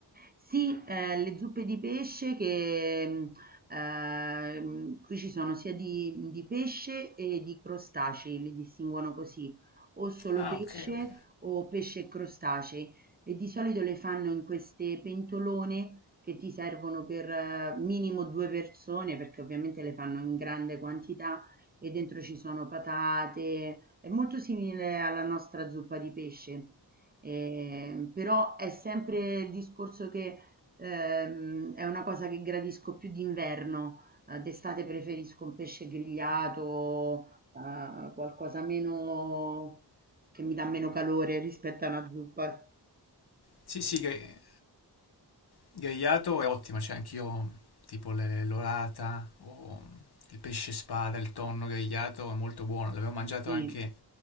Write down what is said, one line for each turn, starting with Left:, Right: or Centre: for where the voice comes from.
Right: Sì, eh, le zuppe di pesce che mh, ehm, qui ci sono sia di, di pesce e di crostacei, li distinguono così, o solo
Left: Ah,
Right: pesce
Left: ok, ok.
Right: o pesce e crostacei. E di solito le fanno in queste pentolone che ti servono per eh, minimo due persone, perché ovviamente le fanno in grande quantità e dentro ci sono patate. È molto simile alla nostra zuppa di pesce. Ehm, però è sempre il discorso che ehm, è una cosa che gradisco più d'inverno, eh, d'estate preferisco un pesce grigliato, eh, qualcosa meno che mi dà meno calore rispetto a una zuppa.
Left: Sì, sì, ghe- grigliato è ottimo, c'è anch'io tipo le- l'orata o il pesce spada, il tonno grigliato è molto buono, l'avevo mangiato
Right: Sì.
Left: anche,